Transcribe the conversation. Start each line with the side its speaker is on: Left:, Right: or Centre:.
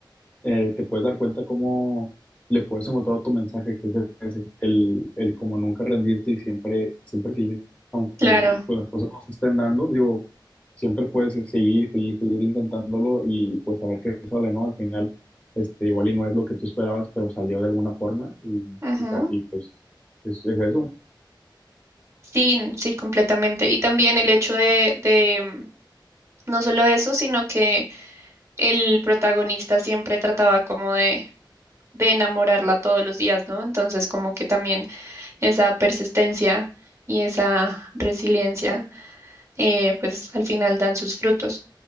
Left: eh, te puedes dar cuenta cómo le puedes encontrar otro mensaje que es ese, el, el como nunca rendirte y siempre, siempre seguir, aunque
Right: claro.
Left: pues, las cosas no se estén dando, digo, siempre puedes seguir, seguir, seguir intentándolo y pues saber que sale, ¿no? Al final, este, igual y no es lo que tú esperabas, pero salió de alguna forma y,
Right: ujú.
Left: y, sal- y pues es, es eso.
Right: Sí, sí, completamente. Y también el hecho de, de mm, no solo eso, sino que el protagonista siempre trataba como de, de enamorarla todos los días, ¿no? Entonces, como que también esa persistencia y esa resiliencia. eh, pues al final dan sus frutos.